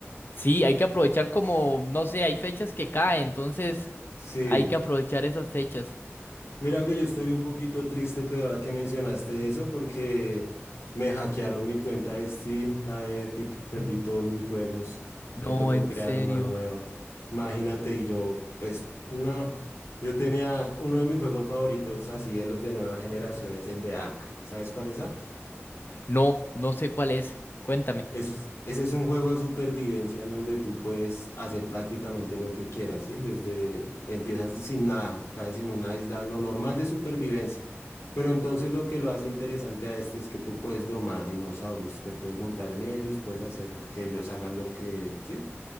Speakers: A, on the left; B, on the left.
A: Sí, hay que aprovechar como, no sé, hay fechas que caen, entonces
B: Sí,
A: hay que aprovechar esas fechas.
B: mira que yo estoy un poquito triste que ahora que mencionaste eso porque me hackearon mi cuenta de Steam, la de Epic, perdí todos mis juegos,
A: No,
B: me tocó
A: en
B: crear
A: serio.
B: una nueva. Imagínate, y yo, pues no, yo tenía uno de mis juegos favoritos, así de los de nueva generación, es el de Ark. ¿Sabes cuál es Ark?
A: No, no sé cuál es. Cuéntame.
B: Es, ese es un juego de supervivencia en donde tú puedes hacer prácticamente lo que quieras, ¿sí? Desde empiezas de- sin nada, caes en una isla, lo normal de supervivencia. Pero entonces lo que lo hace interesante a este es que tú puedes domar dinosaurios, te puedes montar en ellos, puedes hacer que ellos hagan lo que, sí,